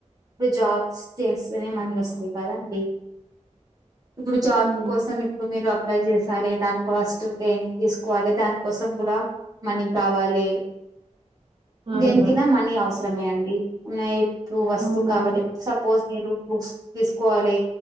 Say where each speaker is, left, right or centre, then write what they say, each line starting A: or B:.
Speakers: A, on the right; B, on the right.
A: ఇప్పుడు జాబ్స్ చేస్. ఎప్పుడైనా
B: అవునా
A: మనీ ఓ ఆస్తుండి కదండి ఇప్పుడు జాబ్
B: ఉమ్
A: కోసం ప్పుడు మీరు అప్లై చేసాలి దాని ఫస్ట్ ట్రైనింగ్ తీసుకోవాలి దానికోసం గూడా. మనీ కావాలే.
B: అవును
A: దేనికకైనా మనీ అవసరమే అండి నాయ్ ఇప్పుడు వస్తువు
B: అవునా
A: కావాలే. సపోజ్ మీరు బుక్స్ తీసుకోవాలే